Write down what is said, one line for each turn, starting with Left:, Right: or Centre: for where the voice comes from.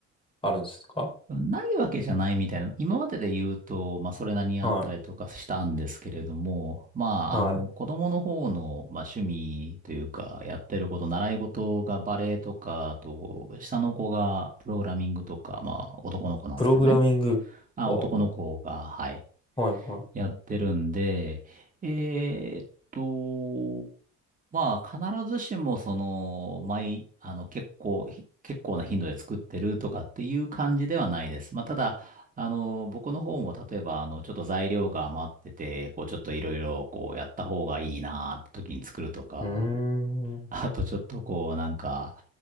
Left: あるんですか
Right: ないわけじゃないみたいな、今までで言うと、まあ、それなりにあったりとかしたんですけれども、
Left: は
Right: まあ、
Left: い。はい。
Right: あの、子供の方の、まあ、趣味というか、やってること、習い事がバレエとか、あと、下の子がプログラミングとか、まあ、男の子なんですけどね。
Left: プログラミング。
Right: あ、
Left: はあ
Right: 男の子が、はい、
Left: はいはい。
Right: やってるんで、えーっと、まあ、必ずしも、その、毎、あの、結構、ひ結構な頻度で作ってるとかっていう感じではないです。まあ、ただ、あの、僕の方も、例えば、あの、ちょっと材料が余ってて、こう、ちょっといろいろ、こう、やった方がいいなーって時に作るとか、
Left: うーん。
Right: あとちょっとこう、なんか、